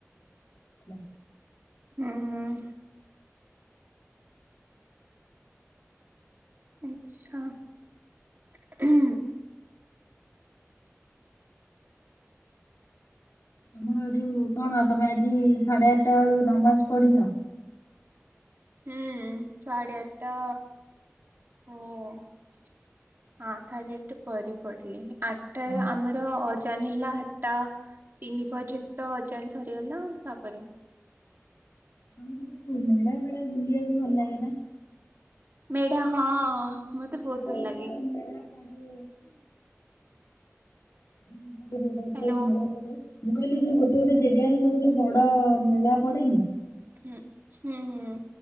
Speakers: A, on the left; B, on the right.
A: <unintelligible>
B: ଉଁ ହୁଁ। ଆଛା ଉଁ ହୁଁ।
A: ତମର ଯୋଉ କଣ ତମେ ଆଜି ସାଢେ ଆଟଟା ବେଳୁ ନମାଜ ପଢିଲ।
B: ହୁଁ ସାଢ଼େ ଆଟଟା <unintelligible> ହଁ ସାଢେ ଆଟଟା ପରେ ପଡିଲି ଆଟା
A: ହଁ।
B: ଆମର ଅ ଚାନ ହେଲା ଆଟଟା ତିନି ପର୍ଯ୍ୟ ତ ଅଜାନ ସରିଗଲା ତାପରେ।
A: <unintelligible> ମେଳା ଫେଳା ବୁଲିବାକୁ ଭଲ ଲାଗେ ନା?
B: ମେଢା ହଁ। ମତେ
A: ବହୁତ
B: ଭଲ ଲାଗେ
A: ଥର ମେଳା ପଡ଼େ। <unintelligible>
B: ହ୍ୟାଲୋ।
A: ମେଳା ପଡେ। ମୁଁ କହିଲି ଯୋଉ ଗୋଟେ ଗୋଟେ ଜେଗାରେ ସବୁ ଯୋଉ ବଡ ମେଳା ପଡେନି।
B: ହୁଁ ହୁଁ ହୁଁ।